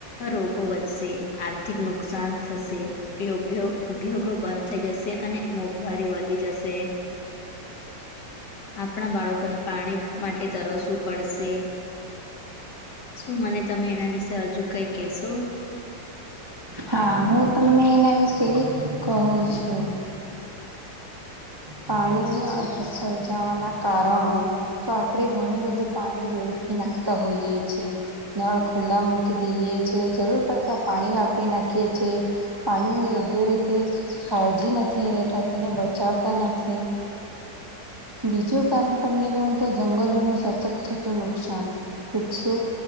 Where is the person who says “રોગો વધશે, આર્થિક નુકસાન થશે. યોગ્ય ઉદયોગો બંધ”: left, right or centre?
Left